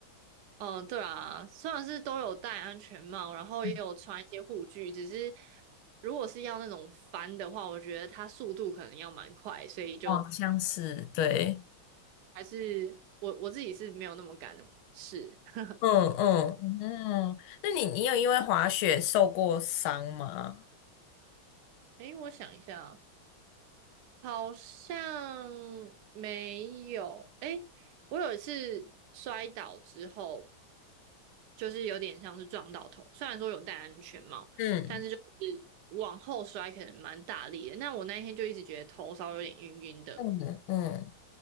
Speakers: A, on the right; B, on the left.
A: 嗯，对啊，虽然是都有戴安全帽，然后也有穿一些护具，
B: 嗯，
A: 只是如果是要那种翻的话，我觉得它速度可能要蛮快，所以就
B: 哦，好像是，对。
A: 还是我我自己是没有那么敢的试。<laughs>
B: 嗯嗯嗯，那你你有因为滑雪受过伤吗？
A: 诶，我想一下啊，好像没有。诶，我有一次摔倒之后，就是有点像是撞到头，虽然说有戴安全帽，
B: 嗯
A: 但是就是往后摔可能蛮大力的。那我那一天就一直觉得头稍微有点晕晕的，
B: 嗯嗯，